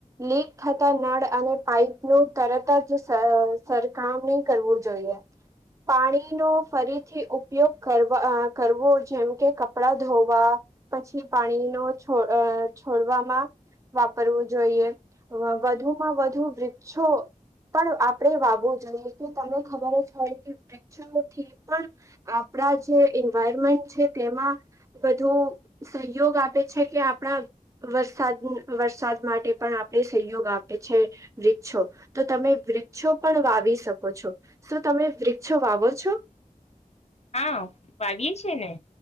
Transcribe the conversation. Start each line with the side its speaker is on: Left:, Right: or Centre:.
Right: લીક થતા નળ અને, પાઈપ નું તરત જ સર સરખામણી કરવું જોઈએ એ પાણીનો ફરીથી ઉપયોગ કરવા કરવો જેમ કે, કપડા ધોવા પછી, પાણી નો છો છોડવામાં વાપરવું જોઈએ વધુમાં વધુ વૃક્ષો પણ આપણેે વાવવું જોઈએ કે તમને ખબર જ હોય કે વૃક્ષોથી પણ આપણા જે એન્વાયરમેન્ટ છે, તેમાં બધુ સહયોગ આપે છે. કે આપણા વરસાદ વરસાદ માટે પણ આપણે સહયોગ આપે છે, વૃક્ષો તો તમે વૃક્ષો પણ વાવી શકો છો શું તમે વૃક્ષો વાવો છો.
Left: હા, વાવીએ છે, ને